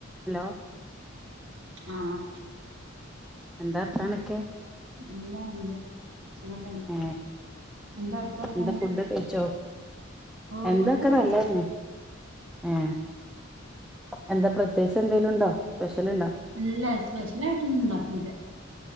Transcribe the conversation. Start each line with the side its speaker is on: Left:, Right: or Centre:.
Centre: Hello
Right: ആഹ്
Centre: എന്താ വർത്താനൊക്കെ
Right: എന്താ നല്ലത് സുഖം തന്നെ
Centre: ഏ
Right: എന്താ അവ്ട്തെവർത്താനൊക്കെ
Centre: എന്താ ഫുഡൊക്കെ കഴിച്ചോ
Right: ഓഹ്
Centre: എന്തൊക്കെ
Right: ഫുഡൊക്കെകഴിച്ചു
Centre: നല്ലതന്നെ ഏ എന്താ പ്രത്യേകിചെന്തേലും ഉണ്ടോ സ്പെഷ്യല്ണ്ടോ
Right: ഇല്ല സ്പെഷ്യലായിട്ടൊന്നും ഉണ്ടാക്കിയില്ല